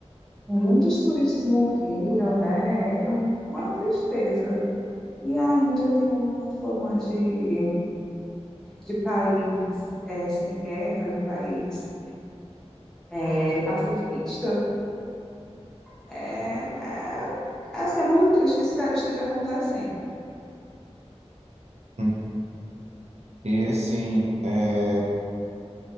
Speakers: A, in the centre; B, on the right.
A: muitos turistas morreram, né? É uma tristeza. E a Índia tem uma fama de, de país é, sem guerra, de país é, pacifista. É, é, assim, é muito triste que isso tá- esteja acontecendo.
B: Hum. E assim, é,